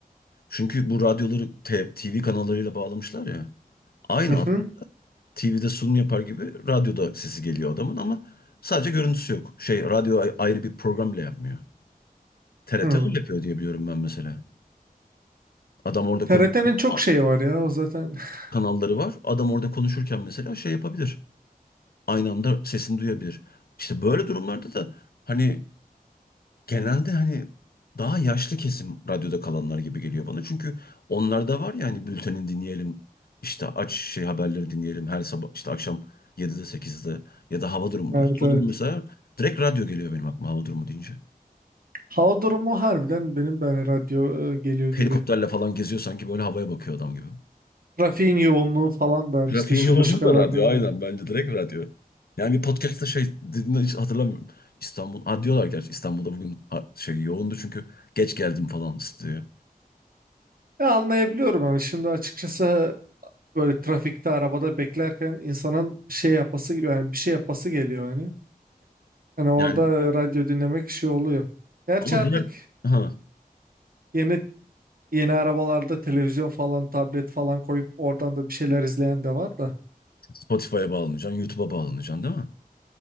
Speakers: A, on the left (about 75°); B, on the right (about 65°).
A: Çünkü bu radyoları te- TV kanallarıyla bağlamışlar ya. Aynı
B: Hı hı.
A: TV'de sunum yapar gibi radyoda sesi geliyor adamın ama sadece görüntüsü yok. Şey radyo ay- ayrı bir program bile yapmıyor. TRT
B: Hı.
A: öyle yapıyor diye biliyorum ben mesela. Adam orada
B: TRT'nin
A: konuşuyor.
B: çok
A: a-
B: şeyi var ya o zaten. <laughs>
A: Kanalları var. Adam orada konuşurken mesela şey yapabilir. Aynı anda sesini duyabilir. İşte böyle durumlarda da hani Genelde hani daha yaşlı kesim radyoda kalanlar gibi geliyor bana. Çünkü onlarda var ya hani bülteni dinleyelim, işte aç şey haberleri dinleyelim her sabah işte akşam 7'de 8'de ya da hava durumu.
B: Evet
A: mesela. Hava
B: evet.
A: durumu mesela direkt radyo geliyor benim aklıma hava durumu deyince.
B: Hava durumu harbiden benim de hani radyo e, geliyor gibi.
A: Helikopterle falan geziyor sanki böyle havaya bakıyor adam gibi.
B: Trafiğin yoğunluğu falan da hani
A: Trafiğin
B: işte şurada
A: yoğunluğu
B: şu kadar.
A: da radyo aynen
B: e.
A: bence direkt radyo. Yani bir podcast'ta şey dediğini hiç hatırlamıyorum. İstanbul, ha diyorlar gerçi İstanbul'da bugün ha- şey yoğundu çünkü geç geldim falan diyor.
B: Ya anlayabiliyorum hani şimdi açıkçası böyle trafikte arabada beklerken insanın şey yapası gibi yani bir şey yapası geliyor hani. Hani orada
A: Yani
B: radyo dinlemek şey oluyor. Gerçi
A: ama
B: artık
A: diğer Ha.
B: Yeni Yeni arabalarda televizyon falan, tablet falan koyup oradan da bir şeyler izleyen de var da.
A: Spotify'a bağlanacaksın, YouTube'a bağlanacaksın değil mi?